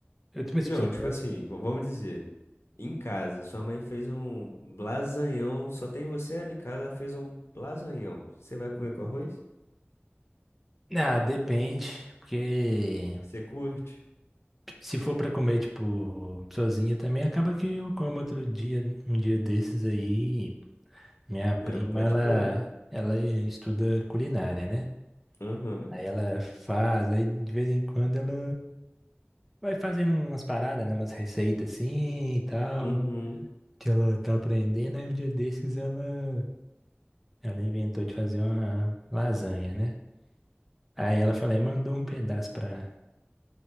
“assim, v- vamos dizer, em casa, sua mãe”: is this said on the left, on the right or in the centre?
Left